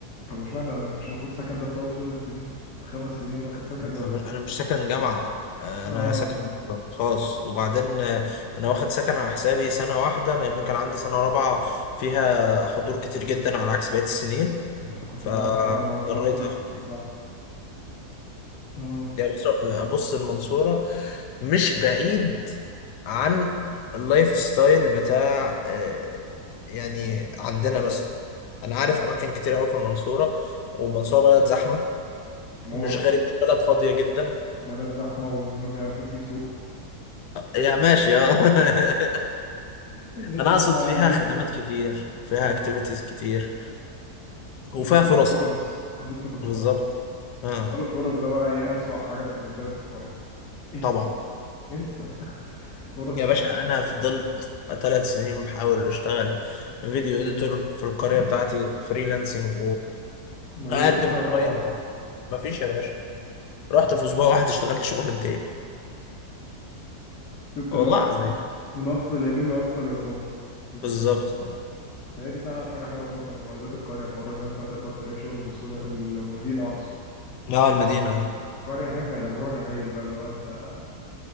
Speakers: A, on the left; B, on the left.
A: طب اشمعنى مش المفروض سكن ده بتقعد طول السنين خمس سنين واخد سكن
B: أنا
A: ولا انت
B: أنا مش ساكن جامعة آه،
A: اه
B: أنا ساكن مم. بره خاص وبعدين آه، أنا واخد سكن على حسابي سنة واحدة لأن كان عندي سنة رابعة فيها حضور كتير جدا على عكس بقية السنين
A: فكنت
B: فاضطريت
A: بقى حوار مواصلات كل يوم
B: آخد
A: ده صعب اه
B: يعني بص آه، بص المنصورة مش بعيد عن اللايف ستايل بتاع آه، يعني عندنا مثلا انا عارف اماكن كتير قوي في المنصوره والمنصوره بلد زحمه
A: موت
B: مش غريب مش بلد فاضيه جدا
A: بلد زحمة وما بيعرفوش بيسوقوا <laughs>
B: يا ماشي اه <laughs>
A: الناس
B: انا
A: هناك
B: اقصد
A: عنيفة
B: فيها خدمات كتير وفيها
A: اه
B: اكتيفيتيز كتير
A: وفيها
B: وفيها فرص
A: فرص انا لسه كنت
B: بالظبط
A: بقول
B: اه
A: حوار الفرص ده بقى ايه اسوأ حاجة بالنسبة لي في القرية انسى
B: طبعا
A: انسى فرص
B: يا باشا انا فضلت ثلاث سنين بحاول اشتغل فيديو اديتور في القريه
A: <laughs>
B: بتاعتي فريلانسنج
A: ميؤوس
B: واقدم
A: منها طبعا
B: اونلاين مفيش يا باشا رحت في اسبوع واحد اشتغلت شغلانتين
A: <laughs> شفت
B: والله
A: اللي هو
B: العظيم
A: من من اقصى اليمين لاقصى اليسار
B: بالظبط اه
A: فهي دي فعلا حاجه حلوه موت من مميزات القريه حوار ان انت تقدر تلاقي شغل بسهوله المدينه اقصد
B: اه المدينه اه
A: القريه هناك بيعتبروها جمايل بقى اللي هو انت